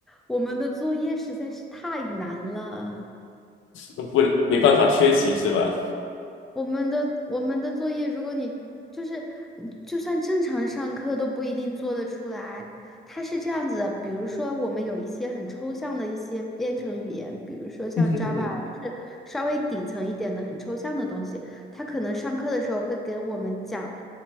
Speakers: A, in the centre; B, on the left.
A: 我们的作业实在是太难了。
B: <laughs> 不没办法缺席是吧？
A: 我们的我们的作业，如果你就是你就算正常上课都不一定做得出来。它是这样子的，比如说我们有一些很抽象的一些编程语言，比如说像
B: 嗯哼哼哼
A: Java，就是稍微底层一点的很抽象的东西，它可能上课的时候会给我们讲